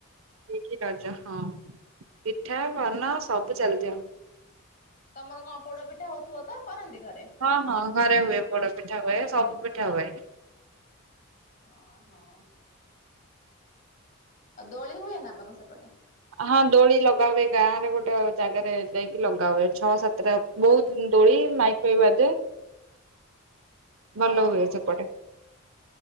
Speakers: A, on the right; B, on the left.
A: ସେ କି ରଜ ହଁ ପିଠା ପାନ ସବୁ ଚାଲିଥିବ।
B: ତମର କଣ ପୋଡ ପିଠା ହଉଥିବ ତ କରନ୍ତି ଘରେ? ପୋଡପିଠା
A: ହଁ ହଁ ଘରେ ହୁଏ ପୋଡ଼ପିଠା ହୁଏ ସବୁ ପିଠା ହୁଏ।
B: ହଁ ହଁ ଆଉ ଦୋଳି ହୁଏନା ତମ ସେପଟେ
A: ହଁ ଦୋଳି ଲଗାହୁଏ ଗାଁରେ ଗୋଟେ ଜାଗାରେ ଯାଇକି ଲଗାହୁଏ ଛଅ ସାତଟା ବହୁତ ଦୋଳି ମାଇକ ଫାଇକ ବାଜେ।
B: ହଁ
A: ଭଲ ହୁଏ
B: ହଁ
A: ସେପଟେ